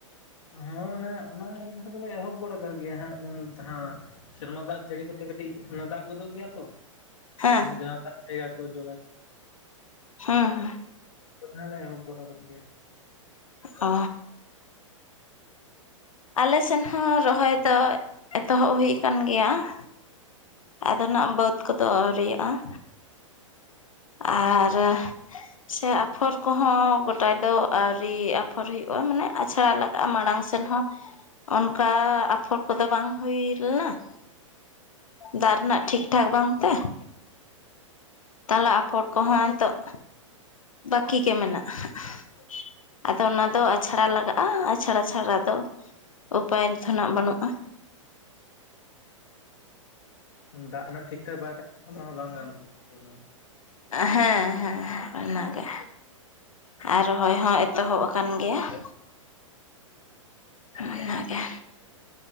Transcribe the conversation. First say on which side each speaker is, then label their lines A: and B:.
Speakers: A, on the left; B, on the left.
A: ᱦᱮᱸ, ᱚᱱᱮ ᱚᱱᱟ ᱤᱭᱟᱹ ᱫᱷᱟᱨᱮ ᱫᱚᱞᱮ ᱮᱦᱚᱵ ᱜᱚᱫ ᱟᱠᱟᱫ ᱜᱮᱭᱟ ᱦᱟᱸᱜ ᱡᱟᱦᱟᱸ ᱥᱮᱨᱢᱟ ᱫᱟᱜ ᱡᱟᱹᱲᱤ ᱠᱚᱛᱮ ᱠᱟᱹᱴᱤᱡ ᱫᱟᱜ ᱜᱚᱫᱚᱜ ᱜᱮᱭᱟ ᱛᱚ ᱾
B: ᱦᱮᱸ
A: ᱡᱟᱦᱟᱸ ᱫᱟᱜ ᱛᱮ <unintelligible> ᱫᱟᱠᱚ ᱾
B: ᱦᱮᱸ᱾
A: ᱟᱫᱷᱟ ᱞᱮ ᱮᱦᱚᱵ ᱜᱚᱫ ᱟᱠᱟᱫ ᱜᱮᱭᱟ ᱾
B: ᱚ᱾ ᱟᱞᱮ ᱥᱮᱱ ᱦᱚᱸ ᱨᱚᱦᱚᱭ ᱫᱚ, ᱮᱛᱚᱦᱚᱵ ᱦᱩᱭ ᱟᱠᱟᱱ ᱜᱮᱭᱟ ᱾ ᱟᱫᱚ ᱱᱟᱜ ᱵᱟᱹᱫᱽ ᱠᱚᱫᱚ ᱟᱹᱣᱨᱤᱭᱟᱜ-ᱟ ᱾ ᱟᱨᱻ ᱥᱮ ᱟᱯᱷᱚᱨ ᱠᱚᱦᱚᱸ ᱜᱚᱴᱟ ᱫᱚ ᱟᱹᱣᱨᱤ ᱟᱯᱷᱚᱨ ᱦᱩᱭᱩᱜᱼᱟ, ᱢᱟᱱᱮ ᱟᱪᱷᱲᱟ ᱞᱮᱠ ᱢᱟᱲᱟᱝ ᱥᱮᱱ ᱦᱚᱸ ᱚᱱᱠᱟ, ᱟᱯᱷᱚᱨ ᱠᱚᱫᱚ ᱵᱟᱝ ᱦᱳᱭ ᱞᱮᱱᱟ ᱾ ᱫᱟᱜ ᱨᱮᱱᱟᱜ ᱴᱷᱤᱠᱴᱷᱟᱠ ᱵᱟᱝᱛᱮ ᱾ ᱛᱟᱞᱟ ᱟᱯᱷᱚᱨ ᱠᱚᱦᱚᱸ ᱱᱤᱛᱚᱜ, ᱵᱟᱹᱠᱤ ᱜᱮ ᱢᱮᱱᱟᱜ-ᱟ ᱾ ᱟᱫᱚ ᱚᱱᱟ ᱫᱚ ᱟᱪᱷᱲᱟ ᱞᱟᱜᱟᱜ-ᱟ ᱟᱪᱷᱲᱟ ᱪᱷᱟᱲᱟ ᱫᱚ ᱩᱯᱟᱭ ᱨᱮᱫᱷᱚ ᱱᱟᱜ ᱵᱟᱹᱱᱩᱜ-ᱟ ᱾
A: ᱦᱮᱸ, ᱫᱟᱜ ᱨᱮᱱᱟᱜ ᱴᱷᱤᱠᱴᱷᱟᱠ ᱵᱟᱭ ᱛᱟᱦᱮ ᱠᱷᱟᱱ ᱦᱚᱸ ᱵᱟᱝ ᱜᱟᱱᱚᱜ ᱠᱚᱨᱟᱣ᱾
B: ᱦᱮᱸ ᱦᱮᱸ ᱚᱱᱟᱜᱮ᱾ ᱟᱨ ᱨᱚᱦᱚᱭ ᱦᱚᱸ ᱮᱛᱚᱦᱚᱵ ᱟᱠᱟᱱ ᱜᱮᱭᱟ ᱾ ᱚᱱᱟᱜᱮ ᱾